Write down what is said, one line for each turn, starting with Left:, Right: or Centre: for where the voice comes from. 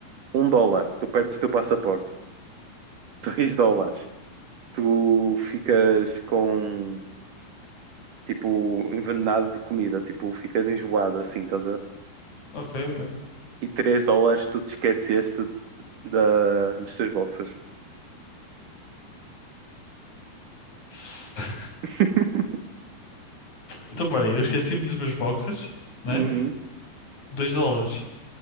Right: um dólar, tu perdes o teu passaporte, <laughs> dois dólares, tu ficas com tipo envenenado de comida, tipo ficas enjoado assim, estás a ver?
Left: ok, ok.
Right: E três dólares tu te esqueceste da, dos teus boxers.
Left: <laughs>
Right: <laughs>
Left: Então, peraí, eu esqueci-me dos meus boxers, né?
Right: Uhum.
Left: 2 dólares.